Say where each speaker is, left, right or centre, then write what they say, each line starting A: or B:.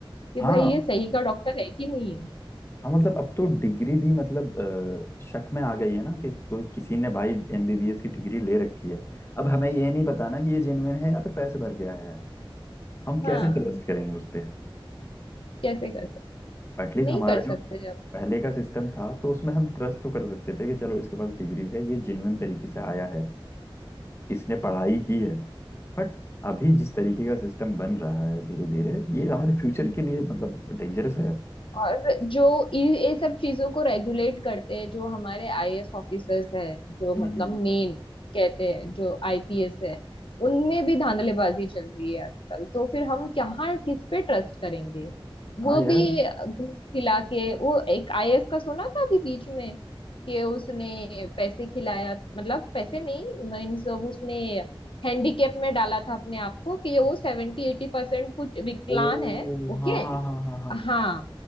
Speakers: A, on the left (about 70°); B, on the left (about 30°).
A: कि
B: हाँ
A: भाई ये सही का डॉक्टर है कि नहीं है
B: हाँ मतलब अब तो डिग्री भी मतलब अ, शक में आ गई है ना कि कोई किसी ने भाई एमबीबीएस की डिग्री ले रखी है अब हमें ये नहीं पता ना कि ये जेन्युइन है या फिर पैसे भर के आया है हम
A: हाँ
B: कैसे ट्रस्ट करेंगे उस पे
A: कैसे कर सकते
B: एटलीस्ट
A: नहीं
B: हमारा
A: कर
B: जो
A: सकते
B: पहले का सिस्टम था तो उसमें हम ट्रस्ट तो कर सकते थे कि चलो इसके पास डिग्री है ये जेन्युइन तरीके से आया है इसने पढ़ाई की है बट अभी जिस तरीके का सिस्टम बन रहा है धीरे धीरे ये हमारे फ्यूचर के लिए मतलब डेंजरस है
A: और जो ये ये सब चीजों को रेगुलेट करते हैं जो हमारे आईएएस ऑफिसर्स हैं जो
B: हम्म
A: मतलब मेन कहते हैं जो आईपीएस है उनमें भी धांधलेबाजी चल रही है आजकल तो फिर हम कहाँ किस पे ट्रस्ट करेंगे वो
B: हाँ यार
A: भी घूस खिला के वो एक आईएएस का सुना था अभी बीच में कि उसने पैसे खिलाया मतलब पैसे नहीं मीन्स उसने हैंडीकेप में डाला था अपने आप को कि वो सेवेंटी एटी परसेंट कुछ विकलांग
B: ओ
A: है ओके
B: हाँ हाँ हाँ हाँ हाँ
A: हाँ